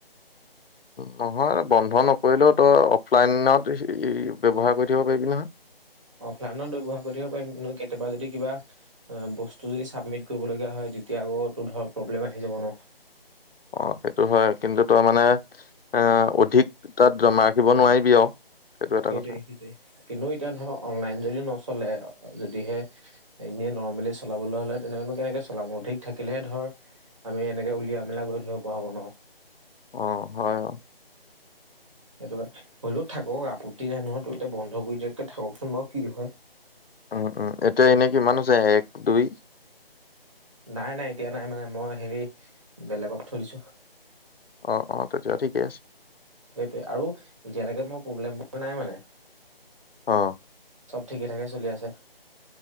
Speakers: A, on the left; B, on the right.
A: নহয় বন্ধ নকৰিলেও তই অফলাইনত <unintelligible> ব্যৱহাৰ কৰি থাকিব পাৰিবি নহয়।
B: অফলাইনত ব্যৱহাৰ কৰি থাকিব পাৰিম কিন্তু কেতিয়াবা যদি কিবা- অ' বস্তু যদি চাবমিট কৰিবলগীয়া হয় তেতিয়া আকৌ' তোৰ ধৰ প্ৰব্লেম আহি যাব ন।
A: অ সেইটো হয় কিন্তু তই মানে এ অধিক তাত জমা ৰাখিব নোৱাৰিবি আৰু। সেইটো এটা
B: সেইটোৱে
A: কথা
B: সেইটোৱে কিন্তু এতিয়া ধৰক অনলাইন যদি নচলে যদিহে- এনেই নৰ্মেলি চলাবলৈ হ'লে তেনেকনো কেনেকে চলাম অধিক থাকিলে ধৰ, - আমি এনেকে উলিয়াই মেলাই গৈ থাকিব পৰা হব ন।
A: অঁ, হয়।
B: সেইটো হলো থাকক আপত্তি নাই নহয়, ত এতিয়া বন্ধ কৰি দিয়াতকে থাককচোন বাৰু কি হয়।
A: উম উম, এতিয়া এনে কিমান হৈছে এক দুই।
B: নাই নাই এতিয়া নাই মানে মই হেৰি বেলেগত থৈ দিছোঁ।
A: অ অ, তেতিয়া ঠিকে আছে।
B: সেইটোৱে, আৰু এতিয়ালৈকে মই প্ৰব্লেম পোৱা নাই মানে।
A: অঁ।
B: চব ঠিকে ঠাকে চলি আছে।